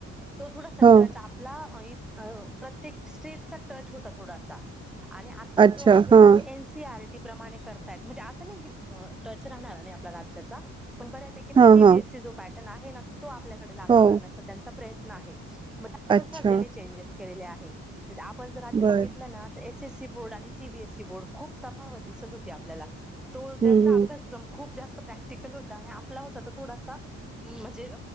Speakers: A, in the centre; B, on the right.
A: तो थोडा सक्तच
B: हो
A: आपला ऐ... अ प्रत्येक स्ट्रीटचा टच होता थोडासा.... आणि आता
B: अच्छा
A: जो आहे
B: हा
A: तर तो एन सी आर... प्रमाणे करतायेत म्हणजे आस.. नाही की अ टच राहणार नाही आपल्या राज्याचा... पण बऱ्यापैकी ना
B: हा
A: सी
B: हा
A: बी एस सी जो पॅट... टन आहे ना... तो आपल्याकडे लागू
B: हो
A: करण्याचा त्यांचा प्रयत्न... नाही.... म त्या नुसार
B: अच्छा
A: त्यांनी चेंजेस... केलेले आहे... म्हणजे आपण जर आधी
B: बर
A: बघितलं ना... एस एससी बोर्ड आणि सीबीएसई बोर्ड खूप तफावत दिसत होती आपल्याला... तो
B: हम्म
A: त्यांचा
B: हम्म
A: अभ्यासक्रम खूप जास्त.. प्रॅक्टिकल हो आपला होता तो थोडासा म्हणजे....